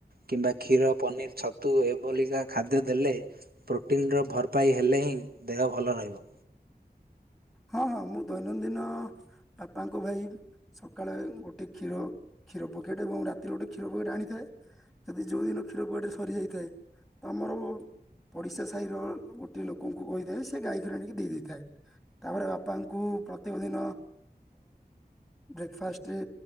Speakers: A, on the right (about 65°); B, in the centre.
A: କିମ୍ବା କ୍ଷୀର ପନିର, ଛତୁ ଏଭଳିିକା ଖାଦ୍ୟ ଦେଲେ ପ୍ରୋଟିନ ର ଭରପାଇ ହେଲେ ହିଁ ଦେହ ଭଲ ର ରହିବ।
B: ହଁ ହଁ ମୁଁ ଦୈନନ୍ଦିନ ବାପାଙ୍କ ପାଇଁ ସକାଳେ ଗୋଟେ କ୍ଷୀର କ୍ଷୀର ପକେଟ ଏବଂ ରାତିରେ ଗୋଟେ କ୍ଷୀର ପକେଟ ଆଣିଥାଏ। ଯଦି ଯୋଉ ଦିନ କ୍ଷୀର ପକେଟ୍ ସରିଯାଇଥାଏ ତ ଆମର ପଡିଶା ସାହି ର ଗୋଟେ ଲୋକଙ୍କୁ କହିଥାଏ ସେ ଗାଈ କ୍ଷୀର ଆଣିକି ଦେଇ ଦେଇଦେଇଥାଏ। ତାପରେ ବାପାଙ୍କୁ ପ୍ରତ୍ୟେକ ଦିନ ବ୍ରେକଫାଷ୍ଟରେ